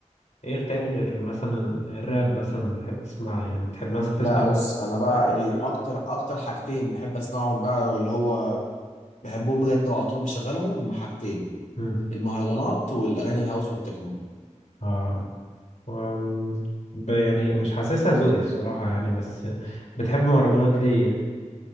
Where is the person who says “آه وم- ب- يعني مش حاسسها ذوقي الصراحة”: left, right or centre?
Left